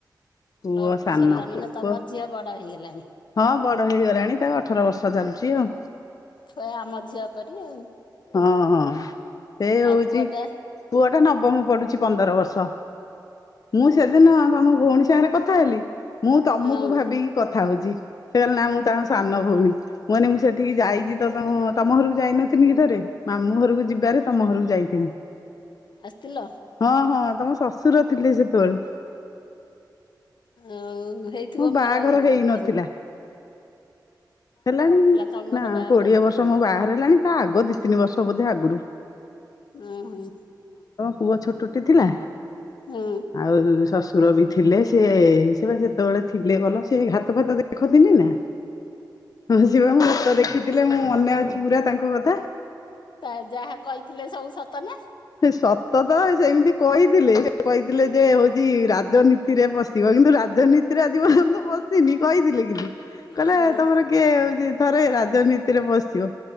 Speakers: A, on the left (about 55°); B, on the left (about 80°).
A: ପୁଅ
B: ପ୍ଲସ ଟୁ
A: ସାନ
B: ସରିଲା ମାନେ
A: ପୁଅ
B: ତମ ଝିଅ ବଡ ହେଇଗଲାଣି
A: ହଁ ବଡ ହେଇଗଲାଣି ତାକୁ ଅଠର ବର୍ଷ ଚାଲୁଚି ଆଉ।
B: ପୁରା ଆମ ଝିଅ ପରି ଆଉ।
A: ହଁ ହଁ ଏ ହଉଛି
B: ଆଉ ପୁଅ ଟା
A: ପୁଅଟା ନବ ବମ ପଡୁଚି ପନ୍ଦର ବର୍ଷ ମୁଁ
B: ଓହୋ
A: ସେଦିନ ତମ ଭଉଣୀ ସାଙ୍ଗରେ କଥା ହେଲି ମୁଁ ତମକୁ
B: ହଁ
A: ଭାବିକି କଥା ହଉଛି ସେ କଇଲେ ନା ମୁଁ ତାଙ୍କ ସାନ ଭଉଣୀ ମୁଁ କଇନି ମୁଁ ସେଠିକି ଯାଇଚି
B: ହଁ
A: ତ ତମ ଘରକୁ ଯାଇ ନଥିଲିକି ଥରେ ମାମୁଁ ଘରକୁ ଯିବାରେ ତମ ଘରକୁ ଯାଇଥିନି।
B: ଆସିଥିଲ
A: ହଁ ହଁ ତମ ଶ୍ୱଶୁର ଥିଲେ ସେତେବେଳେ।
B: ଆଉ ହେଇଥିବ
A: ମୋ ବାହାଘର
B: ମୋର ଆଉ
A: ହେଇନଥିଲା
B: ଲକ୍ଷେ ନାଇ।
A: ହେଲାଣି
B: ତମର
A: ନା
B: ବାହାଘର
A: କୋଡିଏ
B: ହେଇନଥିଲା
A: ବର୍ଷ ମୁଁ ବାହହାର ହେଲାଣି ତା ଆଗ ଦି ତିନି ବର୍ଷ ବୋଧେ ଆଗ ଗୁରୁ
B: ଉଁ ହୁଁ।
A: ପୁଅ ଛୋଟଟେ ଥିଲା
B: ହୁଁ
A: ଆଉ ଶସ୍ ସୁର ବି ଥିଲେ ସେ ସେ ପା ସେତେବେଳେ ଥିଲେ ଭଲ। ସେ ଘାତ ଫାତ ଦେଖନି ନା ହଁ ସିଏ ପା ମୋ ହାତ ଦେଖିଥିଲେ ମୋ ମନେ ଅଛି। ପୁରା ତାଙ୍କ କଥା।
B: ତା ଯାହା କହିଥିଲେ ସବୁ ସତ ନା?
A: ସେ ସତ ତ ସେମିତି କହିଥିଲେ ସେ କହିଥିଲେ ଯେ ହୋଉଚି ରାଜନୀତିରେ ପଶିବ କିନ୍ତୁ ରା ଜନୀତିରେ ଆଜି ପର୍ଯ୍ୟନ୍ତ ବସିନି କହିଥିଲେ କିନ୍ତୁ କହିଲେ
B: ହଁ
A: ତମର କିଏ ହୋଉଚି ଥରେ ରାଜନୀତିରେ ପସିବ।